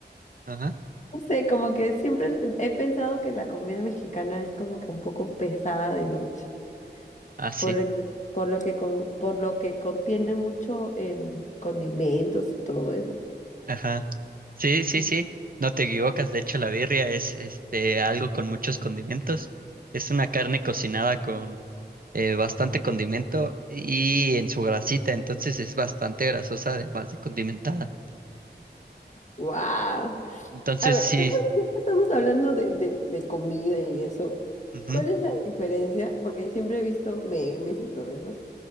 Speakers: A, on the right; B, on the left.
A: Ajá.
B: no sé, como que siempre he pensado que la comida mexicana es como que un poco pesada de noche.
A: Ah, sí.
B: por lo que, por lo que, con- por lo que contiene mucho em, condimentos y todo eso.
A: Ajá. Sí, sí,
B: Mm.
A: sí. No te equivocas. De hecho, la birria es este algo con muchos condimentos. Es una carne cocinada con eh, bastante condimento y en su grasita, entonces es bastante grasosa, además de condimentada.
B: Wow. <laughs>
A: Entonces,
B: A ver,
A: sí.
B: ya que ya que estamos hablando de, de- de comida y eso,
A: ujú,
B: ¿cuál es la diferencia? Porque siempre he visto memes y todo eso,